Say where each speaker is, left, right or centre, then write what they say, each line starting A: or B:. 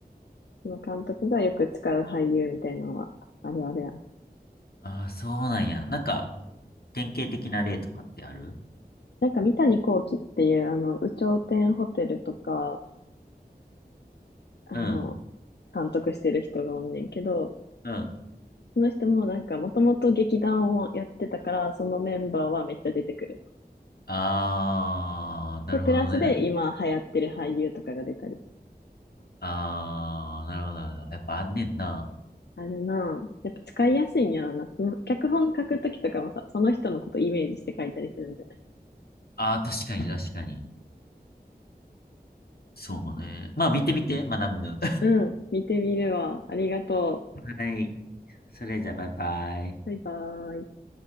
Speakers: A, on the left; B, on the left.
A: その監督がよく使う俳優みたいなのは、あるあるやな。
B: ああ、そうなんや。なんか典型的な例とかってある
A: なんか三谷幸喜っていう、あの、有頂天ホテルとか、あの、
B: うん、
A: 監督してる人がおんねんけど、
B: うん。
A: その人もなんか、もともと劇団をやってたから、そのメンバーはめっちゃ出てくるの。
B: ああ、なるほどね。
A: で、プラスで今流行ってる俳優とかが出たり。
B: ああ、なるほど、なるほど。やっぱあんねんな。
A: あるなぁ。やっぱ使いやすいんやろな。その、脚本書くときとかもさ、その人のことイメージして書いたりするんじゃない
B: ああ、確かに確かに。そうね。まあ見てみて、学ぶぬ。
A: うん、見てみるわ。ありがとう。
B: はい。それじゃあ、バイバイ。
A: バイバーイ。